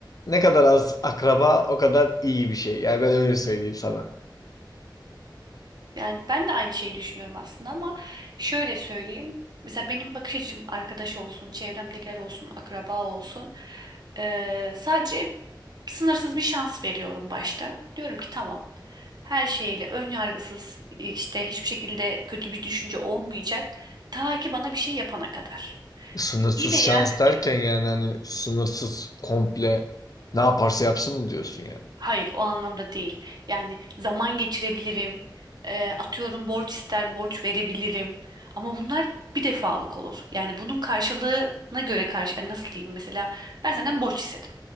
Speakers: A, on the left; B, on the right.
A: ne kadar az akraba o kadar iyi bir şey. Yani ben öyle söyleyeyim sana.
B: Yani ben de aynı şeyi düşünüyorum aslında ama şöyle söyleyeyim. Mesela benim bakış açım arkadaş olsun, çevremdekiler olsun, akraba olsun. eee, sadece sınırsız bir şans veriyorum başta. Diyorum ki tamam. Her şeyle ön yargısız işte hiçbir şekilde kötü bir düşünce olmayacak. Ta ki bana bir şey yapana kadar.
A: Sınırsız
B: İyi veya
A: şans
B: kötü.
A: derken yani hani sınırsız komple ne yaparsa yapsın mı diyorsun yani?
B: Hayır, o anlamda değil. Yani zaman geçirebilirim. e, atıyorum borç ister borç verebilirim. Ama bunlar bir defalık olur. Yani bunun karşılığına göre karşı yani nasıl diyeyim mesela ben senden borç istedim.